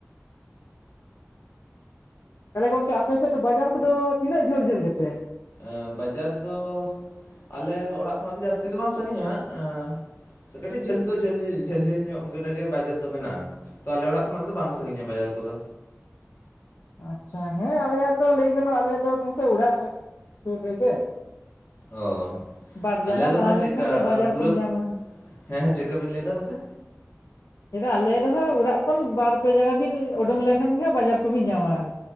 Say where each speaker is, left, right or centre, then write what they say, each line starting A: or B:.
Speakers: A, on the left; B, on the left.
A: ᱛᱟᱦᱟᱞᱮ ᱜᱚᱝᱠᱮ ᱟᱯᱮ ᱥᱮᱫ ᱫᱚ ᱵᱟᱡᱟᱨ ᱠᱩᱫᱚ ᱛᱤᱱᱟᱹᱜ ᱡᱷᱟᱹᱞ ᱡᱷᱟᱹᱞ ᱜᱮᱛᱮ?
B: ᱟᱹ ᱵᱟᱡᱟᱨ ᱫᱚ ᱟᱞᱮ ᱚᱲᱟᱜ ᱠᱷᱚᱱᱟᱜ ᱫᱚ ᱡᱟᱹᱥᱛᱤ ᱫᱚ ᱵᱟᱝ ᱥᱟᱺᱜᱤᱧᱟ ᱟᱸ ᱥᱮ ᱠᱟᱹᱴᱤᱡ ᱡᱷᱟᱹᱞ ᱫᱚ ᱡᱷᱟᱹᱞ ᱡᱷᱟᱹᱞ ᱡᱷᱟᱹᱞ ᱧᱚᱜ ᱨᱮᱜᱮ ᱵᱟᱡᱟᱨ ᱫᱚ ᱢᱮᱱᱟᱜᱼᱟ᱾ ᱛᱟᱦᱚᱞᱮ ᱚᱲᱟᱜ ᱠᱷᱚᱱᱟᱜ ᱫᱚ ᱵᱟᱝ ᱥᱟᱺᱜᱤᱧᱟ ᱵᱟᱡᱟᱨ ᱠᱩᱫᱚ
A: ᱟᱪᱷᱟ ᱦᱮᱸ ᱟᱞᱮᱭᱟᱜ ᱫᱚ ᱞᱟᱹᱭ ᱜᱟᱱᱚᱜ ᱟᱞᱮᱭᱟᱜ ᱫᱚ ᱜᱚᱝᱠᱮ ᱚᱲᱟᱜ ᱥᱩᱨ ᱨᱮᱜᱮ
B: ᱚᱻ
A: ᱵᱟᱨ
B: ᱟᱞᱮ
A: ᱡᱟᱸᱜᱟ
B: ᱫᱚ
A: ᱞᱟᱦᱟ
B: ᱢᱟᱱᱮ
A: ᱞᱮᱱᱠᱷᱟᱱ
B: ᱪᱮᱫᱠᱟ
A: ᱜᱮ ᱵᱟᱡᱟᱨ
B: ᱟ ᱯᱩᱨᱟᱹ
A: ᱠᱚᱢ ᱧᱟᱢᱟ
B: ᱦᱮᱸ ᱦᱮᱸ ᱪᱮᱫᱠᱟ ᱵᱮᱱ ᱞᱟᱹᱭ ᱫᱟ ᱜᱚᱝᱠᱮ
A: ᱪᱮᱫ ᱟᱞᱮ ᱫᱚᱦᱟᱸᱜ ᱚᱲᱟᱜ ᱠᱷᱚᱱ ᱵᱟᱨ ᱯᱮ ᱡᱟᱸᱜᱟ ᱵᱤᱱ ᱩᱰᱩᱝ ᱞᱮᱱᱠᱷᱟᱱ ᱜᱮ ᱦᱟᱸᱜ ᱵᱟᱡᱟᱨ ᱠᱚᱵᱤᱱ ᱧᱟᱢᱟ ᱟᱨ